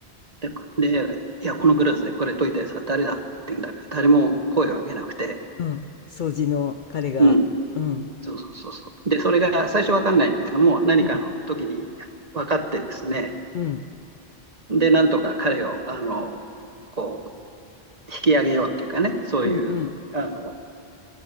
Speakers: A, on the right (about 40°); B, on the left (about 60°).
A: で、いや、このクラスでこれ解いたやつは誰だっていうんだから、誰も声を上げなくて、
B: うん。掃除の彼が、
A: うん、
B: うん。
A: そうそうそうそう。で、それが最初わかんないんだけども、何かの時に分かってですね、
B: うん。うん。
A: で、なんとか彼を、あの、こう、引き上げようっていうかね、そういう、
B: うんうん。
A: あの、